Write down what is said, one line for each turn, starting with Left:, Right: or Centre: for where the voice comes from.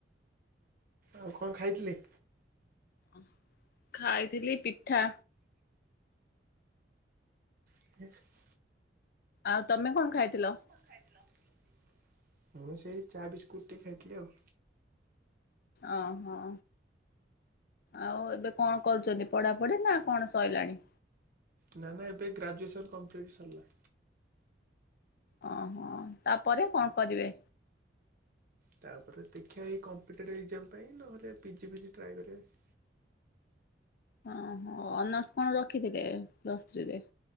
Right: ଆଉ କଁ ଖାଇଥିଲେ?
Left: ଅଁ ଖାଇଥିଲି ପିଠା।
Right: <unintelligible>
Left: ଆଉ ତମେ କଣ ଖାଇଥିଲ?
Right: ଖାଇଥିଲ ମୁଁ ସେଇ ଚା ବିସ୍କୁଟ ଟିକେ ଖାଇଥିଲି ଆଉ।
Left: ଅଁହୋ। ଆଉ ଏବେ କଣ କରୁଚନ୍ତି ପଢାପଢି ନା କଣ ସଇଲାଣି?
Right: ନ ନା ଏବେ ଗ୍ରାଜୁଏସନ୍ କମ୍ପ୍ଲିଟି ସରଲା।
Left: ଓହୋ ତାପରେ କଁ କରିବେ?
Right: ତାପରେ ଦେଖିବା ଏଇ କମ୍ପିଟେଟିଭ୍ ଏକ୍ଜାମ ପାଇଁ ନହେଲେ ପିଜି ଫିଜି ଟ୍ରାଏ କରିବା।
Left: ହଁ ହ ଅନର୍ସ କଣ ରଖିଥିଲେ ପ୍ଲସ୍ ଥ୍ରୀରେ?